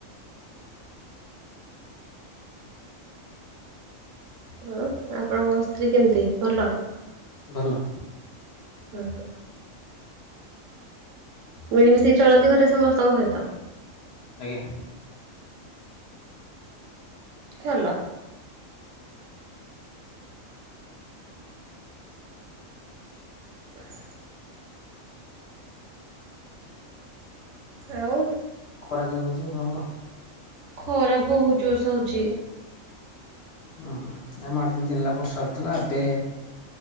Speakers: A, on the right; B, on the left.
A: ହଁ ଆପଣଙ୍କ ସ୍ତ୍ରୀ କେମିତି ଭଲ?
B: ଭଲ।
A: ଅ ହଁ। ମିଳିମିଶିକି ଚଳନ୍ତି ଘରେ ସମସ୍ତଙ୍କ ସହିତ?
B: ଆଜ୍ଞା।
A: ଭଲ। ହଁ। ଆଉ।
B: ଖରା କେମିତି ହଉଛି ଆପଣଙ୍କର?
A: ଖରା ବହୁତ ଜୋରସେ ହଉଛି।
B: ହଁ ଆମ ଆଡେ ଦି ଦିନ ହେଲା ବର୍ଷା ହଉଥିଲା ଏବେ।